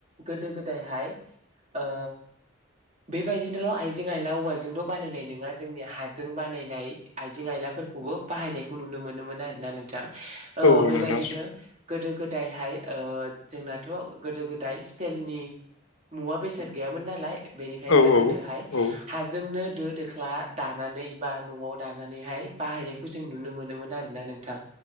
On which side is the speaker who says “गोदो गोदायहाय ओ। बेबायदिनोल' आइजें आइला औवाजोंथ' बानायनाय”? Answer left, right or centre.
Right